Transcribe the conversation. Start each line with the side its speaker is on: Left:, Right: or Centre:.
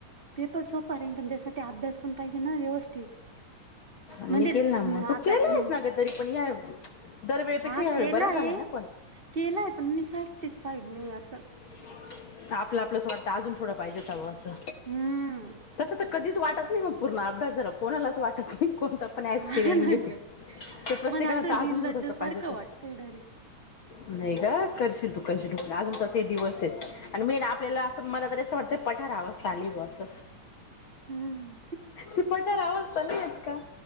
Right: पेपर सोपं आहे पण त्यासाठी अभ्यास पण पाहिजे ना व्यवस्थित
Left: निघेल
Right: म्हणजे
Left: ना मग
Right: न
Left: तू
Right: आता
Left: केला
Right: न
Left: आहेस ना का तरी पण या दरवेळेपेक्षा
Right: हा
Left: यावेळी
Right: केलाय
Left: बरा झालाय ना पण
Right: केलाय पण मी सॅटिस्फाईड नाही असं
Left: <unintelligible> आपलं आपलंस वाटतं अजून थोडं पाहिजे हवं असं
Right: हम्म
Left: तसं तर कधीच वाटत नाही मग पूर्ण अभ्यास झाला कोणाला अस वाटत नाही कोणत पण
Right: हा
Left: क्सपिरियं
Right: ना
Left: घेतो
Right: ग
Left: तर प्रत्येकाला
Right: मला असं
Left: अजून
Right: निर्लज्ज
Left: थोडंस
Right: सारखं
Left: पाहिजे तर
Right: वाटतंय डायरेक्ट
Left: नाही ग करशील तू करशील तू अजून त हे दिवस आहेत आणि मेन आपल्याला असं मला त असं वाटतं ते पठारआवस्था आली बस
Right: हम्म
Left: ती पठारअवस्था नाहीं आली.